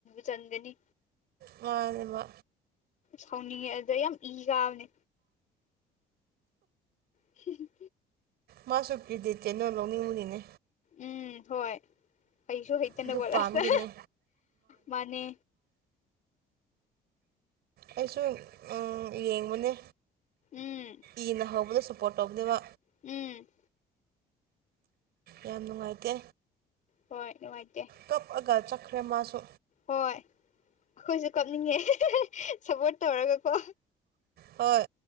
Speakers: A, on the left (about 50°); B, on the right (about 70°).
A: ꯆꯟꯒꯅꯤ
B: ꯃꯥꯅꯦ ꯃꯥ
A: ꯁꯥꯎꯅꯤꯡꯉꯦ ꯑꯗꯨꯗ ꯌꯥꯝ ꯏ ꯀꯥꯕꯅꯦ ꯍꯦꯡ
B: ꯃꯥꯁꯨ ꯄꯦꯗꯤꯠ ꯀꯩꯅꯣ ꯂꯧꯅꯤꯡꯉꯨꯅꯤꯅꯦ
A: ꯎꯝ ꯍꯣꯏ ꯍꯩꯁꯨ ꯍꯩꯇꯅ
B: ꯑꯗꯨ
A: ꯈꯣꯠꯂ
B: ꯄꯥꯝꯒꯤꯅꯦ
A: ꯃꯥꯅꯦ
B: ꯑꯩꯁꯨ ꯌꯦꯡꯕꯅꯦ
A: ꯎꯝ
B: ꯏꯅ ꯍꯧꯕꯗ ꯁꯄꯣꯔꯠ ꯇꯧꯕꯅꯦꯕ
A: ꯎꯝ
B: ꯌꯥꯝ ꯅꯨꯡꯉꯥꯏꯇꯦ꯫
A: ꯍꯣꯏ ꯅꯨꯡꯉꯥꯏꯇꯦ
B: ꯀꯞꯑꯒ ꯆꯠꯈ꯭ꯔꯦ ꯃꯥꯁꯨ
A: ꯍꯣꯏ ꯑꯩꯈꯣꯏꯁꯨ ꯀꯞꯅꯤꯡꯉꯦ ꯁꯞꯄꯣꯔꯠ ꯇꯧꯔꯒꯀꯣ
B: ꯍꯣꯏ